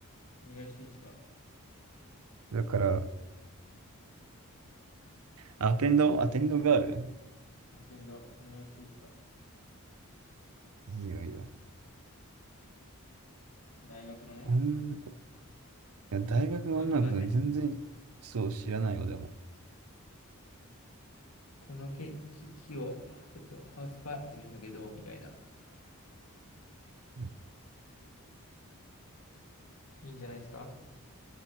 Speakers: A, on the left; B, on the right.
A: お願いしていいですか
B: う。だから、アテンド、アテンドガール
A: アテンド、お願いしていいですか
B: いいよいいよ。
A: 大学のね、
B: 女の子。いや、大学の女の子全然そう知らないよ、
A: このこの木がね、
B: でも。
A: この木、木木を、ちょっとハウスパーティーするんだけど、みたいな。
B: うん
A: いいんじゃないですか